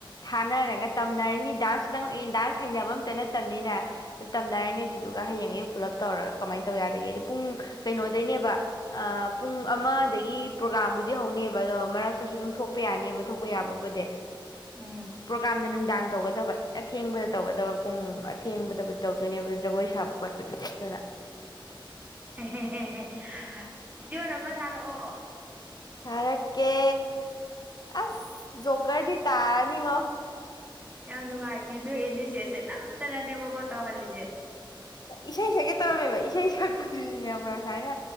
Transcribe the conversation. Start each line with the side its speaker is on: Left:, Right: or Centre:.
Left: ꯊꯥꯅꯔꯒ ꯇꯝꯅꯔꯅꯤ ꯗꯥꯟꯁ ꯇꯨꯇꯪ ꯑꯩ ꯗꯥꯟꯁ ꯍꯩꯅꯕ ꯑꯝꯇ ꯅꯠꯇꯕꯅꯤꯅ ꯇꯝꯅꯔꯅꯤ ꯑꯗꯨꯗꯨꯒ ꯍꯌꯦꯡ ꯑꯌꯨꯛ ꯄꯨꯜꯂꯞ ꯇꯧꯔꯒ ꯀꯃꯥꯏꯅ ꯇꯧ ꯌꯥꯗꯒꯦ ꯑꯗꯣ ꯄꯨꯡ ꯀꯩꯅꯣꯗꯩꯅꯦꯕ ꯑ ꯄꯨꯡ ꯑꯃꯗꯒꯤ ꯄ꯭ꯔꯣꯒꯥꯝꯕꯨꯗꯤ ꯍꯧꯅꯦꯕ ꯑꯗꯣ ꯃꯔꯛꯇꯁꯨ ꯑꯗꯨꯝ ꯊꯣꯛꯄ ꯌꯥꯅꯦꯕ ꯊꯣꯛꯄ ꯌꯥꯕꯕꯨꯗꯤ
Right: ꯎꯝ
Left: ꯄ꯭ꯔꯣꯒꯥ꯭ꯔꯥꯝꯅ ꯅꯨꯡꯗꯥꯡ ꯇꯧꯒꯗꯕ ꯑꯊꯦꯡꯕꯗ ꯇꯧꯒꯗꯕ ꯄꯨꯡ ꯑꯊꯦꯡꯕꯗꯕꯨ ꯇꯧꯗꯣꯏꯅꯦꯕ ꯖꯒꯣꯏ ꯁꯥꯕ ꯈꯣꯠꯄꯗꯨꯗꯤ ꯑꯗꯨꯅ
Right: ꯍꯦ ꯍꯦ ꯍꯦ ꯍꯦ ꯚꯤꯗꯤꯑꯣ ꯅꯃ ꯊꯥꯔꯛꯑꯣ
Left: ꯊꯥꯔꯛꯀꯦ ꯑꯁ ꯖꯣꯀꯔꯗꯤ ꯇꯥꯔꯅꯤꯉꯣ
Right: ꯌꯥꯝ ꯅꯨꯡꯉꯥꯏꯇꯦ ꯅꯣꯏ ꯏꯅꯦ ꯆꯦꯁꯦ ꯅꯝꯗꯥꯅꯅꯦꯕꯀꯣ ꯇꯧꯍꯥꯜꯂꯤꯁꯦ꯫
Left: ꯏꯁꯩ ꯁꯛꯀꯦ ꯇꯧꯔꯝꯃꯦꯕ ꯏꯁꯩ ꯁꯛꯄꯗꯨꯁꯨꯅꯦꯕ ꯁꯥꯏꯅ